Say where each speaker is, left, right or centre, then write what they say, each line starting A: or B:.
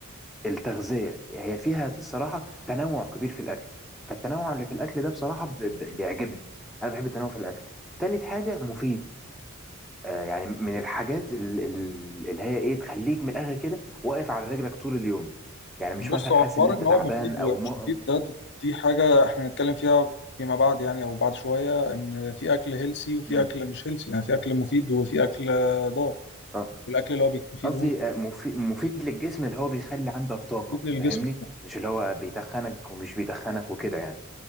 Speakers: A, in the centre; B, on the left.
A: التغذية هي فيها الصراحة تنوع كبير في الأكل فالتنوع اللي في الأكل ده بصراحة ب- ب- بيعجبني أنا بحب التنوع في الأكل تالت حاجة مفيد آه، يعني من الحاجات ال- ال- اللي هي إيه تخليك من الآخر كده واقف على رجلك طول اليوم يعني مش
B: بص
A: مثلا
B: هو
A: حاسس
B: حوار
A: إن أنت
B: ان
A: تعبان
B: هو مفيد
A: أو
B: ومش
A: م... م-
B: مفيد ده دي حاجه احنا هنتكلم فيها فيما بعد يعني او بعد شويه ان في اكل هيلسي وفي
A: م-
B: اكل مش هيلسي يعني في اكل مفيد وفي اكل ضار
A: آه.
B: الاكل اللي هو بيكون فيه
A: قصدي
B: دهون
A: آه، مفي- مفيد للجسم اللي هو بيخلي عندك طاقة
B: مفيد للجسم
A: فاهمني مش اللي هو بيتخنك ومش بيتخنك وكده يعني